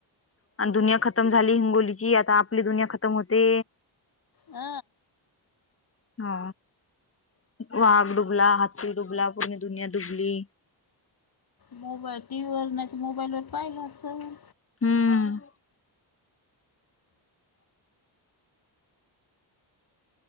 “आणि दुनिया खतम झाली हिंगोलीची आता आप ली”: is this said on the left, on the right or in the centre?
Left